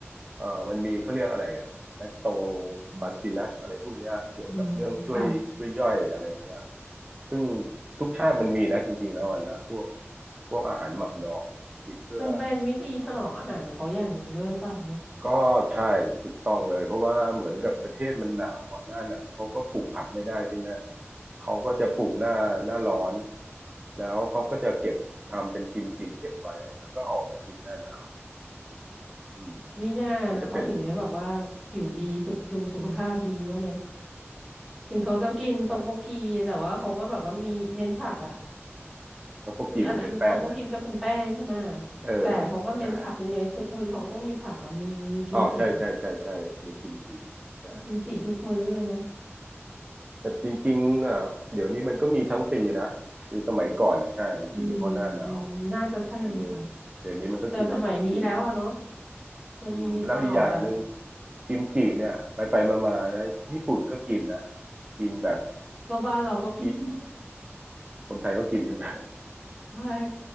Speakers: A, on the right; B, in the centre.
A: เอ่อมันมีเขาเรียกอะไรอะแลคโตบาซิลัสอะไรพวกเนี้ยเกี่ยวกับเรื่องช่วยช่วยย่อยอะไรอย่างเงี้ย
B: อืมค่ะ
A: ซึ่งทุกชาติมันมีนะจริงๆแล้วอะนะพวกพวกอาหารหมักดองมันกินเพื่อ
B: มันเป็นวิธีถนอมอาหารของเขาอย่างหนึ่งด้วยหรือเปล่าเนาะ
A: ก็ใช่ถูกต้องเลยเพราะว่าเหมือนกับประเทศมันหนาวอ่ะหน้าหนาวเขาก็ปลูกผักไม่ได้ใช่ไหมเขาก็จะปลูกหน้าหน้าร้อนแล้วเขาก็จะเก็บทำเป็นกิมจิเก็บไว้แล้วก็เออกมากินหน้าหนาวอืม
B: มีหน้านะเขาถึงได้แบบว่าผิวดีสุขดูสุขภาพดีว่าไหม
A: มันจะเป็น
B: ถึงเขาจะกินตอกโบกีแต่ว่าเขาก็แบบว่ามีเน้นผักอ่ะ
A: ต็อกโบกีมันเป็นแป้งนะ
B: คืออันนั้นตอกโบกิมก็เป็นแป้งใช่ไหม
A: เออ
B: แต่เขาก็เน้นผักยังไงทุกมื้อเขาก็ต้องมีผักอ่ะมีมีกิมจิอะ
A: ใช่อ๋อใช่ใช่ใช่ใช่มีกิมจิใช่
B: มีกิมจิทุกมื้อเลยมั้ง
A: แต่จริงๆอ่ะเดี๋ยวนี้มันก็มีทั้งปีนะคือสมัยก่อนอ่ะใช่มันกินเฉพาะหน้าหนาว
B: อืมน่าจะใช่ค่ะ
A: เดี๋ยวนี้เดี๋ยวนี้มันก็กินกันทั้งปี
B: แต่สมัยนี้แล้วอะเนาะมันมีตลอดอะ
A: อืมแล้วอีกอย่างหนึ่งกิมจิเนี่ยไปไปมามาๆนะญี่ปุ่นก็กินนะกินแบบ
B: ก็บ้านเราก็กิน
A: ที่
B: <laughs>
A: คนไทยก็กินใช่ไหม
B: ใช่